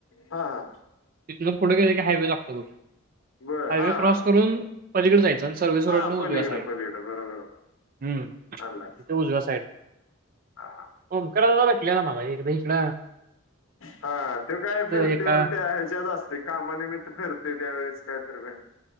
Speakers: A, on the left; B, on the right.
A: हा हा हा
B: तिथन पुढ गे एक हायवे लागतो बघ
A: बर
B: हायवे
A: हा
B: क्रॉस
A: हा
B: करून पलीकड जायचं. जनसरवीस
A: हा
B: रोडन ऊजव्या
A: पलीकडं
B: साईड
A: पलीकडं
B: ला.
A: बरोबर
B: <inaudible> हम्म
A: आणला
B: इथं उजव्या साईड ला.
A: हा हा
B: <inaudible> ओंकार दादा भेटलेला मला एकदा इकड
A: हा त्यो काय फिरतीवरती
B: एका
A: हाय ह्याच्यात असतो काम <inaudible> मने मित्र फिरते त्यावेेळेस काय ठरवूया.